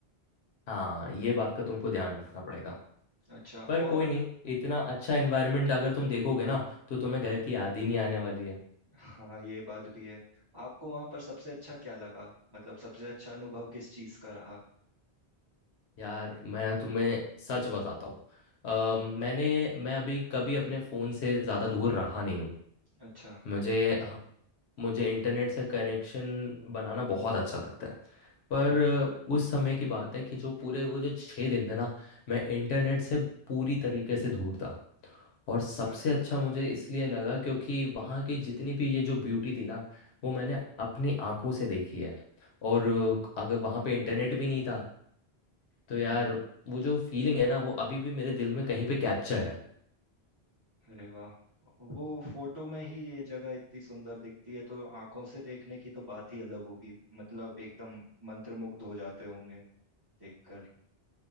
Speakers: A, on the left; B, on the right.
A: हाँ ये बात का तुमको ध्यान रखना पड़ेगा
B: अच्छा
A: पर
B: और
A: कोई नहीं इतना अच्छा एनवायरनमेंट अगर तुम देखोगे ना तो तुम्हें घर की याद ही नहीं आने वाली है
B: हाँ ये बात भी है आपको वहां पर सबसे अच्छा क्या लगा मतलब सबसे अच्छा अनुभव किस चीज का रहा
A: यार मैं तुम्हें सच बताता हूँ अ, मैंने मैं अभी कभी अपने फ़ोन से ज़्यादा दूर रहा नहीं हूँ
B: अच्छा
A: मुझे मुझे इंटरनेट से कनेक्शन बनाना बहुत अच्छा लगता है पर
B: हाँ
A: उस समय की बात है कि जो पूरे वो जो छः दिन थे ना मैं इंटरनेट से पूरी तरीके से दूर था और सबसे
B: वाह यार,
A: अच्छा मुझे इसलिए लगा क्योंकि वहाँ की जितनी भी ये जो ब्यूटी थी ना वो मैंने अपनी आंखों से देखी है और अगर वहाँ पे इंटरनेट भी नहीं था तो यार
B: हम्म
A: वो जो फीलिंग है ना वो अभी भी मेरे दिल में कहीं पे कैप्चर है
B: अरे वाह वो फोटो में ही ये जगह इतनी सुंदर दिखती है तो आंखों से देखने की तो बात ही अलग होगी मतलब एकदम मंत्रमुग्ध हो जाते होंगे देखकर